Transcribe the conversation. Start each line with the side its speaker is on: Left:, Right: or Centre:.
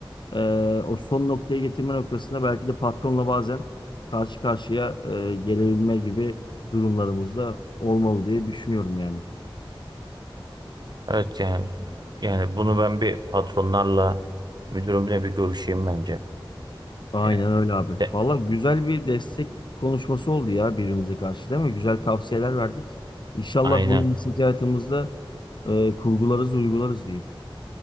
Left: ee, o son noktaya getirme noktasında belki de patronla bazen karşı karşıya e, gelebilme gibi durumlarımızda olmalı diye düşünüyorum yani.
Right: Evet yani yani bunu ben bir patronlarla müdürümle bir görüşeyim bence.
Left: Aynen
Right: Yani,
Left: öyle abi.
Right: de-
Left: Valla güzel bir destek konuşması oldu ya birbirimize karşı değil mi? Güzel tavsiyeler verdik. İnşallah
Right: aynen.
Left: bunu iş hayatımızda e, kurgularız, uygularız diyeyim.